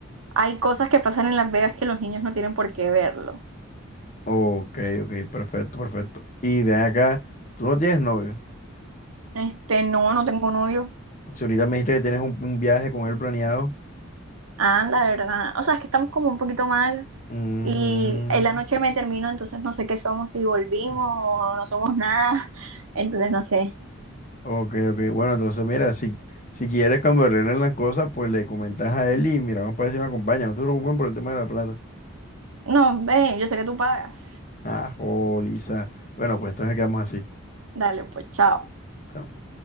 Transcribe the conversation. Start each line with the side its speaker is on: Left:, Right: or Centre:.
Right: hay cosas que pasan en Las Vegas que los niños no tienen por qué verlo.
Left: Ok, ok, perfecto, perfecto. Y ven acá, tú no tienes novio.
Right: Este, no, no tengo novio.
Left: Si ahorita me dijiste que tienes un, un viaje con él planeado.
Right: ah la verdad. O sea, es que estamos como un poquito mal
Left: mm,
Right: y en la noche me termino, entonces no sé qué somos, si volvimos
Left: <laughs>
Right: o no somos nada. <laughs> Entonces no sé.
Left: ok, ok. Bueno, entonces mira, si, si quieres cuando arreglen las cosas, pues le comentas a él y mira, vamos para ver si me acompaña. No te preocupes por el tema de la plata.
Right: No, ven, yo sé que tú pagas.
Left: Ah, joliza. Bueno, pues entonces quedamos así.
Right: Dale, pues, chao.
Left: Chao.